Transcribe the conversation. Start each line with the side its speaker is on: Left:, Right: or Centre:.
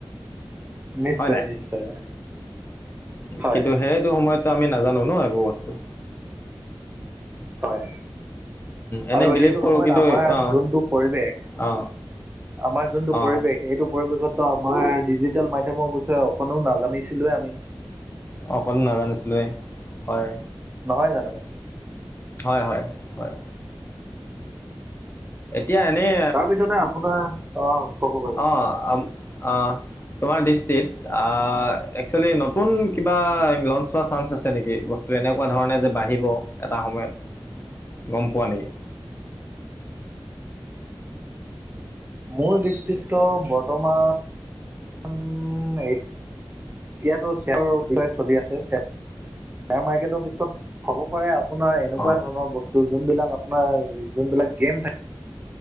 Right: নিশ্চয়
Left: হয় নাই
Right: নিশ্চয় হয়
Left: কিন্তু সেইটো সময়ত আমি নাজানো ন এইবোৰ বস্তু
Right: হয়
Left: এনেই
Right: আৰু
Left: বিলিভ
Right: সেইটো
Left: কৰোঁ
Right: সময়ত
Left: কিন্তু
Right: আমাৰ
Left: অ
Right: যোনটো পৰিৱেশ
Left: অ
Right: আমাৰ যোনটো
Left: অ
Right: পৰিৱেশ এইটো পৰিৱেশত ত আমাৰ ডিজিটেল মাধ্যমৰ বিষয়ে অকণো নাজানিছিলো আমি।
Left: অকলো নাজানিছিলোৱে হয়।
Right: নহয় জানো
Left: হয় হয় হয়। এতিয়া এনেই
Right: তাৰপিছতে আপোনাৰ অ ক'ব পাৰি
Left: অ অ তোমাৰ দৃষ্টিত আহ একচুৱেলি নতুন কিবা লঞ্চ হোৱা চানস আছে নেকি বস্তু। ত' এনেকুৱা ধৰণে যে বাঢ়িব এটা সময়ত গম পোৱা নেকি।
Right: মোৰ দৃষ্টিত্ব ত বৰ্তমান। এতিয়াতো শ্বেয়াৰৰ বিষয়ে চলি আছে শ্বেয়াৰ মাৰ্কেটৰ পিছত হ'ব পাৰে অ। আপোনাৰ এনেকুৱা
Left: অ',
Right: ধৰণৰ বস্তু যোনবিলাক আপোনাৰ যোনবিলাক গেম থাকে।